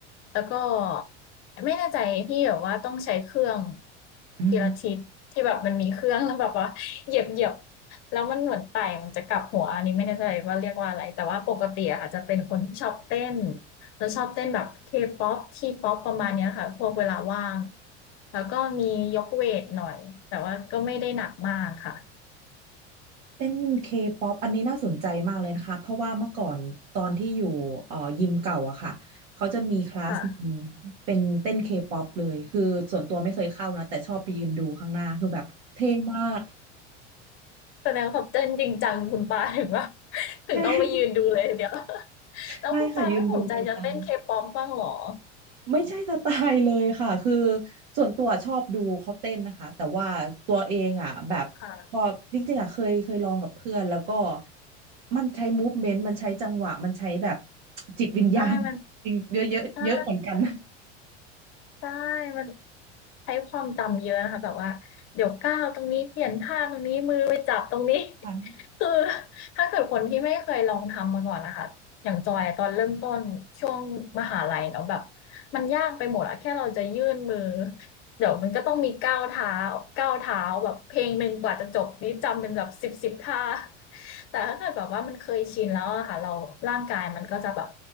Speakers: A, on the left (about 40°); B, on the right (about 65°).
A: แล้วก็ไม่แน่ใจที่แบบว่าต้องใช้เครื่อง
B: อืม
A: พิลาทิสที่แบบมันมีเครื่องแล้วแบบว่าเหยียบเหยียบแล้วมันเหมือนไต่มันจะกลับหัวอันนี้ไม่แน่ใจว่าเรียกว่าอะไรแต่ว่าปกติอะค่ะจะเป็นคนที่ชอบเต้นแล้วชอบเต้นแบบเคป๊อปทีป๊อปประมาณเนี้ยค่ะพวกเวลาว่างแล้วก็มียกเวทหน่อยแต่ว่าก็ไม่ได้หนักมากค่ะ
B: เต้นเคป๊อปอันนี้น่าสนใจมากเลยนะคะเพราะว่าเมื่อก่อนตอนที่อยู่เอ่อยิมเก่าอะค่ะเขาจะมีคลาสหนึ่ง
A: ค่ะ
B: เป็นเต้นเคป๊อปเลยคือส่วนตัวไม่เคยเข้านะแต่ชอบไปยืนดูข้างหน้าคือแบบเท่มาก
A: แสดงความเต้นจริงจังคุณปาถึงว่า <laughs> ถึงต้องไปยืนดูเลยทีเดียว
B: ใช่ <laughs>
A: <laughs> แล้วคุณปาไม่สนใจจะเต้นเคป๊อปบ้างเหรอ
B: ใช่ค่ะยืนดูจริงจัง ไม่ใช่สไตล์เลยค่ะ <laughs> คือส่วนตัวชอบดูเขาเต้นนะคะแต่ว่าตัวเองอ่ะแบบพอจริงๆอ่ะเคยเคยลองกับเพื่อนแล้วก็
A: ค่ะ
B: มันใช้มูฟเมนต์มันใช้จังหวะมันใช้แบบจิตวิญญาณจริงเยอะเยอะเยอะเหมือนกัน
A: ใช่มันใช่ใช่มันใช้ความจำเยอะนะคะแบบว่าเดี๋ยวก้าวตรงนี้เปลี่ยนท่าตรงนี้มือไปจับตรงนี้ <laughs>
B: ค่ะ
A: คือถ้าเกิดคนที่ไม่เคยลองทำมาก่อนนะคะอย่างจอยอะตอนเริ่มต้นช่วงมหาลัยเนาะแบบมันยากไปหมดอะแค่เราจะยื่นมือ เดี๋ยวมันก็ต้องมีก้าวเท้าก้าวเท้าแบบเพลงหนึ่งกว่าจะจบนี่จำเป็นแบบสิบสิบท่า <laughs> แต่ถ้าเกิดแบบว่ามันเคยชินแล้วอะค่ะเราร่างกายมันก็จะแบบ